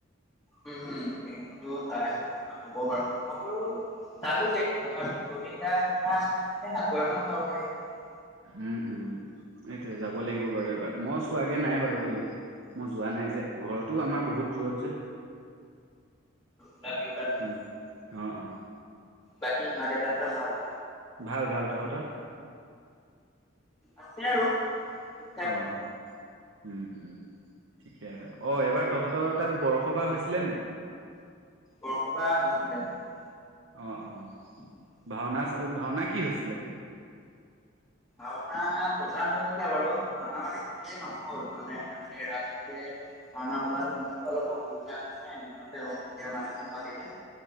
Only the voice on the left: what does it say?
উম হম, সটো চাই আহিম হব বাৰু। নগৰ তালুকে তথাপি জুবিন দাৰ কথা আহিলে যেতিয়া, আকৌ এবাৰ চাব পাৰি কথা নাই।
<inaudible> যাবি, ওলাবি।
বাকী মা-দেতাহঁতৰ ভাল?
আছে আৰু ঠিক ঠাক
বৰসবা হৈছিলে হৈছিলে
<unintelligible>
আৰুনা পতা হৈছিলে বাৰু ৰাওনাা মানে কেনে নহল মানে আমি ৰাতিকে ৰাওনা পতাটো নহল অলপ অসুবিধা ধৰণে দিনতে অ নাটখন পাতিলে